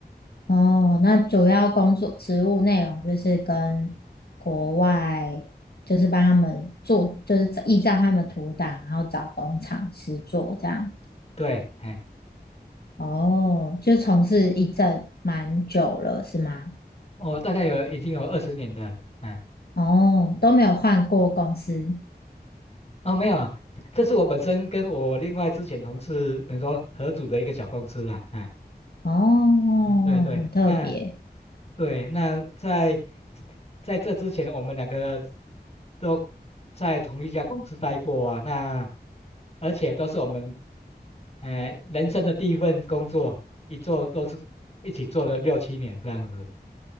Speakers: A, on the left; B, on the left.
A: 哦，那主要工作职务内容就是跟国外，就是帮他们做，就是依照他们图档，然后找工厂师做这样。
B: 对，哎，
A: 哦，就从事一阵蛮久了，是吗？
B: 我大概有已经有二十年的，哎，
A: 哦，都没有换过公司。
B: 哦，没有啊，这是我本身跟我另外之前同事，等于说合组的一个小公司啦，哎，
A: 哦，
B: 对对，
A: 很特别。
B: 那对，那在在这之前，我们两个都在同一家公司待过啊。那而且都是我们，哎、人生的第一份工作，一做都是一起做了六七年这样子。